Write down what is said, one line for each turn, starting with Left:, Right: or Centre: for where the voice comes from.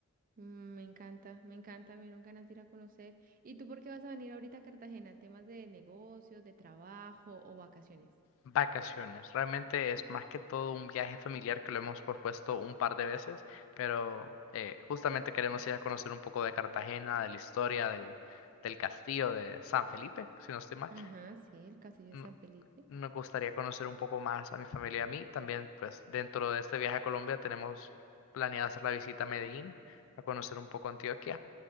Right: Mm, Me encanta, me encanta, me dieron ganas de ir a conocer. ¿Y tú por qué vas a venir ahorita a Cartagena? ¿Temas de negocios, de trabajo o vacaciones?
Left: Vacaciones. Realmente es más que todo un viaje familiar que lo hemos propuesto un par de veces, pero eh, justamente queremos ir a conocer un poco de Cartagena, de la historia del, del castillo de San Felipe, si no estoy mal.
Right: Ajá, sí, el Castillo de
Left: no-
Right: San Felipe.
Left: Nos gustaría conocer un poco más a mi familia y a mí. También, pues, dentro de este viaje a Colombia tenemos planeado hacer la visita a Medellín, a conocer un poco Antioquia.